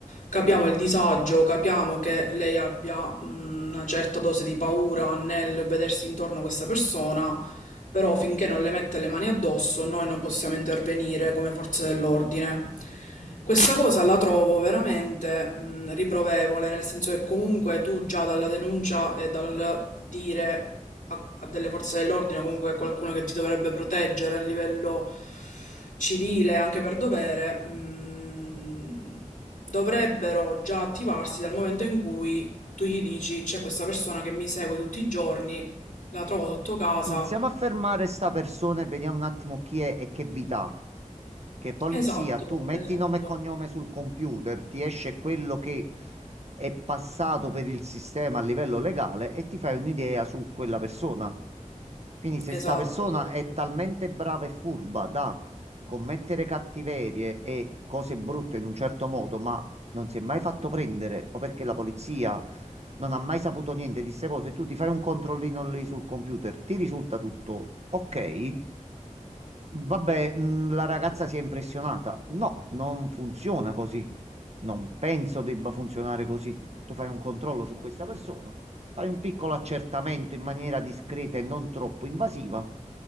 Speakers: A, on the left; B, on the right.
A: capiamo il disagio, capiamo che lei abbia mh, una certa dose di paura nel vedersi intorno a questa persona però finché non le mette le mani addosso noi non possiamo intervenire come forze dell'ordine. Questa cosa la trovo veramente mh, riprovevole, nel senso che comunque tu già dalla denuncia e dal dire a, a delle forze dell'ordine, comunque a qualcuno che ti dovrebbe proteggere a livello civile, anche per dovere, mh, dovrebbero già attivarsi dal momento in cui tu gli dici c'è questa persona che mi segue tutti i giorni, la trovo sotto casa,
B: Iniziamo a fermare sta persona e vediamo un attimo chi è e che vita ha. Che polizia,
A: Esatto,
B: tu metti
A: esatto,
B: nome e cognome sul computer, ti esce quello che è passato per il sistema a livello legale e ti fai un'idea su quella persona. Quindi se
A: esatto,
B: sta persona
A: esatto.
B: è talmente brava e furba da commettere cattiverie e cose brutte in un certo modo, ma non si è mai fatto prendere, o perché la polizia non ha mai saputo niente di queste cose, tu ti fai un controllino lì sul computer, ti risulta tutto ok? Vabbè, mh, la ragazza si è impressionata. No, non funziona così. Non penso debba funzionare così tu fai un controllo su questa persona, fai un piccolo accertamento in maniera discreta e non troppo invasiva.